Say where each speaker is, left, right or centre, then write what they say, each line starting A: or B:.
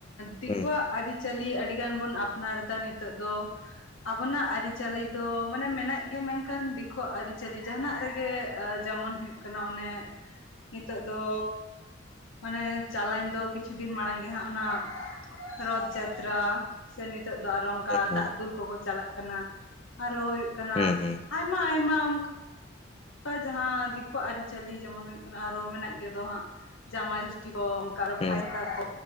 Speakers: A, on the left; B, on the left.
A: ᱫᱤᱠᱩᱣᱟᱜ
B: ᱦᱩᱸ
A: ᱟᱹᱨᱤᱪᱟᱹᱞᱤ ᱟᱹᱰᱤᱜᱟᱱ ᱵᱚᱱ ᱟᱯᱱᱟᱨᱮᱫᱟ ᱱᱤᱛᱚᱜ ᱫᱚ ᱾ ᱟᱵᱚᱱᱟᱜ ᱟᱹᱨᱤᱪᱟᱹᱞᱤ ᱫᱚ ᱢᱟᱱᱮ ᱢᱮᱱᱟᱜ ᱜᱮᱭᱟ ᱢᱮᱱᱠᱷᱟᱱ ᱫᱤᱠᱩᱟᱜ ᱟᱹᱨᱤᱪᱟᱹᱞᱤ ᱡᱟᱦᱟᱱᱟᱜ ᱨᱮᱜᱮ ᱡᱮᱢᱚᱱ ᱦᱩᱭᱩᱜ ᱠᱟᱱᱟ ᱚᱱᱮ <inaudible> ᱱᱤᱛᱳᱜ ᱫᱚ ᱢᱟᱱᱮ ᱪᱟᱞᱟᱣᱧ ᱫᱚ ᱠᱤᱪᱷᱩ ᱫᱤᱱ ᱢᱟᱲᱟᱝ ᱜᱮ ᱦᱟᱸᱜ ᱚᱱᱟ ᱨᱚᱛᱷ ᱡᱟᱛᱨᱟ ᱥᱮ ᱱᱤᱛᱚᱜ ᱫᱚ ᱟᱨᱚ ᱚᱱᱠᱟ
B: ᱦᱩᱸ
A: ᱫᱟᱜ ᱫᱩᱞ ᱠᱚᱠᱚ ᱪᱟᱞᱟᱜ ᱠᱟᱱᱟ ᱟᱨᱚ ᱦᱩᱭᱩᱜ ᱠᱟᱱᱟ
B: ᱦᱩᱸ ᱦᱩᱸ
A: ᱟᱭᱢᱟ ᱟᱭᱢᱟ ᱚᱝ ᱠᱟ ᱡᱟᱦᱟᱸ ᱫᱤᱠᱩᱣᱟᱜ ᱟᱹᱨᱤᱪᱟᱹᱞᱤ ᱡᱮᱢᱚᱱ ᱦᱩᱭᱩᱜ ᱠᱟᱱᱟ ᱟᱨᱦᱚ ᱢᱮᱱᱟᱜ ᱜᱮ ᱫᱚ ᱦᱟᱸᱜ ᱡᱟᱢᱟᱭ ᱥᱚᱥ ᱠᱚ ᱚᱱᱠᱟ
B: ᱦᱩᱸ
A: ᱵᱷᱟᱭ ᱛᱟᱠᱟ ᱠᱚ